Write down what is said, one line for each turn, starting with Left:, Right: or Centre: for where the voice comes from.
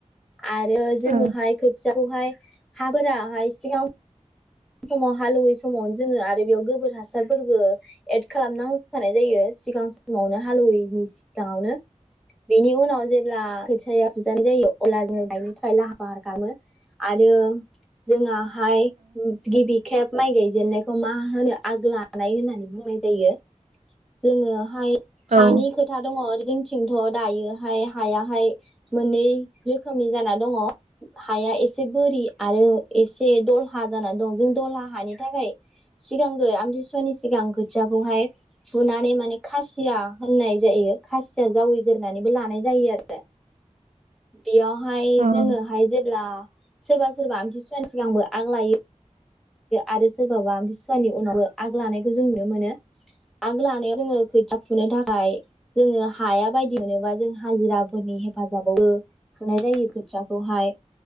Centre: आरो जोङोहाय
Right: औ
Centre: खोथिया खौहाय हाफोराहाय सिगां समाव हालौवै समावनो जोङो आरो बेयाव गोबोर हासारफोरबो एद खालामना होखानाय जायो सिगां समावनो हालौवैनि सिगाङावनो बेनि उनाव जेब्ला खोथियाया फुजानाय जायो अब्ला जों गायनो थाखाय लाहार फाहार खालामो आरो जोंहाहाय गिबि खेब माइ गायजेननायखौ मा होनो आग लानाय होननानै बुंनाय जायो जोङोहाय
Right: ओ
Centre: हानि खोथा दङ आरो जों निथिंथ दायोहाय हायाहाय मोननै रोखोमनि जाना दङ हाया एसे बोरि आरो एसे दलहा जाना दं। जों दला हानि थाखाय सिगांग्रो आमथिसुवानि सिगां खोथियाखौहाय फुनानै माने खासिया होननाय जायो खासिया जावैग्रानैबो लानाय जायो आरो बेयावहाय
Right: औ अ
Centre: जोङोहाय जेब्ला सोरबा सोरबा आमथिसुवानि सिगांबो आग लायो आरो सोरबाबा आमतसुवानि उनावबो आग लानायखौ जों नुनो मोनो आग लानायाव जोङो खोथिया फुनो थाखाय जोङो हाया बायदि मोनोबा जों हाजिराफोरनि हेफाजाबावबो फुनाय जायो खोथियाखौहाय